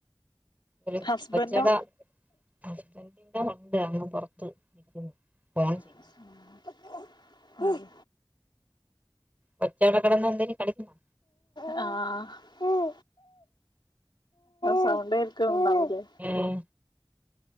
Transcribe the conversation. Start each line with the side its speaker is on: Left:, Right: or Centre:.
Right: ഒരു
Left: ഹസ്ബൻഡോ
Right: പച്ചട ഹുസ്ബന്റിന്റെ <unintelligible> അങ്ങ് പുറത്ത് <unintelligible> ഫോൺ ചെയ്യ
Left: ഉം ഉം
Right: കൊച്ച് അടെ കടന്ന് എന്തേലും കളിക്കുന്നോ
Left: ആഹ് സൗണ്ട് കോൾക്കുണ്ടാവൂലെ
Right: ഉം